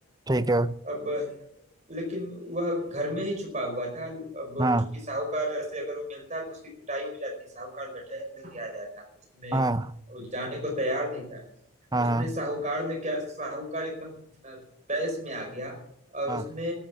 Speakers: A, on the right (about 20°); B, on the right (about 35°).
A: ठीक है
B: अब लेकिन वह घर में ही छुपा हुआ था अब
A: हाँ
B: चूंकि साहूकार से अगर वो मिलता तो उसकी कुटाई हो जाती साहूकार लठैत लेके आया था तो उसने
A: हाँ
B: वो जाने को तैयार नहीं था
A: हाँ
B: उसने
A: हाँ
B: साहूकार ने क्या साहूकार एकदम तैस में आ गया और
A: हाँ,
B: उसने